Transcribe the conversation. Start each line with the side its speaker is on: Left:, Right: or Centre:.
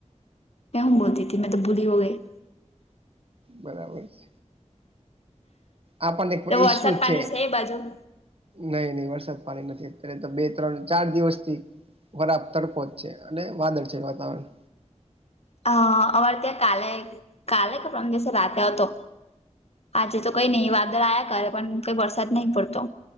Left: ક હું બોલતીથી મેં તો ભૂલી હો ગઈ
Right: બરાબર છે આપણને
Left: વરસાદ
Right: ઈસ્યુ
Left: પાણી
Right: છે.
Left: એ બાજુ
Right: નહી નહી વરસાદ પાણી નથી અત્યારે તો બે ત્રણ ચાર દિવસ થી વરાબ તડકો જ છે અને વાદળ છે વાતાવરણ
Left: હ અમારે ત્યાં કાલે કાલે કે પ્રમ દિવસે રાતે આવ હતો આજે તો કઈ નહી વાદળ આવ્યા કરે પણ કઈ વરસાદ નહીં પડતો.